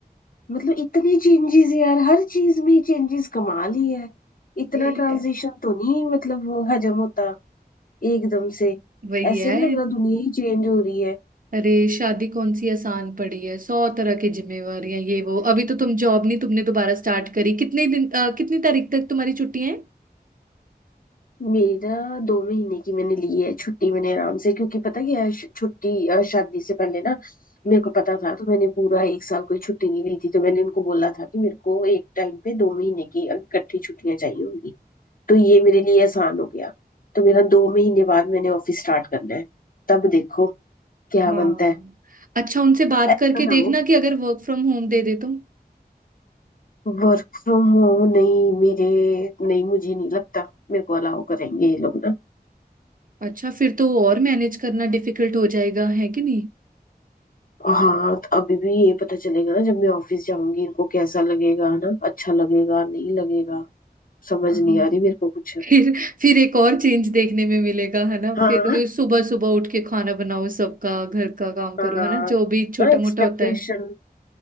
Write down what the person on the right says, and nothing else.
यही
है
वही
है
अरे शादी कौन सी आसान पड़ी है सौ तरह की जिम्मेवारियां ये वो अभी तो तुम जॉब नहीं तुमने दोबारा स्टार्ट करी कितने दिन अ, कितनी तारीख तक तुम्हारी छुट्टियां हैं
हाँ
अच्छा उनसे बात
करके
देखना
कि अगर वर्क फ्रॉम होम दे दे तो
अच्छा फिर तो और मैनेज करना डिफिकल्ट हो जाएगा है कि नहीं
हाँ
फिर फिर एक और चेंज देखने में मिलेगा है ना
फिर सुबह सुबह उठ के खाना बनाओ सबका घर का काम करो
है ना जो भी छोटा
मोटा होता है